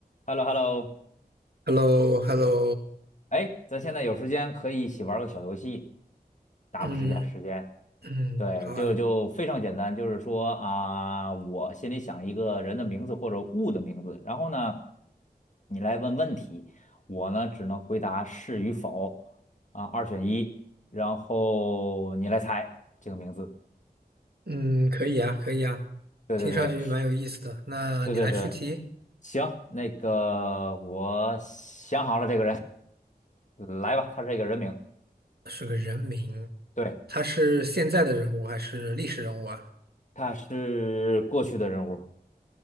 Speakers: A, on the left (about 50°); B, on the right (about 75°).
A: h e l l o h e l l o
B: h e l l o h e l l o
A: 哎，咱现在有时间可以一起玩个小游戏，打发一下时间。
B: 嗯嗯，
A: 对，
B: 好啊，
A: 就就非常简单，就是说啊，我心里想一个人的名字或者物的名字，然后呢，你来问问题，我呢只能回答是与否啊，二选一，然后你来猜这个名字。
B: 嗯，可以啊，可以啊，
A: 对对对
B: 听上去蛮有意思的。那你来出题，
A: 对对对，行，那个我想好了这个人，来吧，他是一个人名。
B: 是个人名，
A: 对。
B: 他是现在的人物还是历史人物啊？
A: 他是过去的人物，